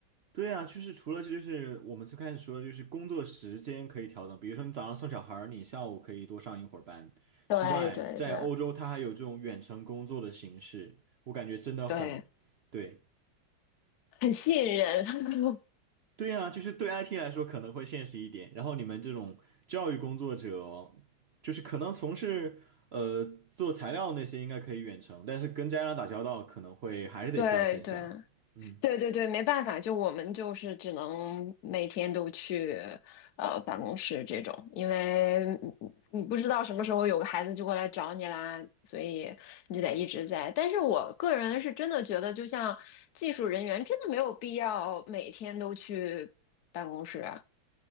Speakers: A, on the right (about 85°); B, on the left (about 65°).
A: 对啊，就是除了这就是我们最开始说的，就是工作时间可以调整，比如说你早上送小孩儿，你下午可以多上一会儿班之外，
B: 对，对，
A: 在欧洲它还有这种远程工作的形式，
B: 对，
A: 我感觉真的很，
B: 对，
A: 对。
B: 很吸引人。<laughs>
A: 对呀，就是对 IT 来说可能会现实一点，然后你们这种教育工作者哦就是可能从事呃做材料那些应该可以远程，但是跟家长打交道可能会还是得需要线下。
B: 对，对。
A: 嗯，
B: 对对对，没办法，就我们就是只能每天都去呃办公室这种，因为你不知道什么时候有个孩子就过来找你啦，所以你就得一直在。但是我个人是真的觉得，就像技术人员，真的没有必要每天都去办公室啊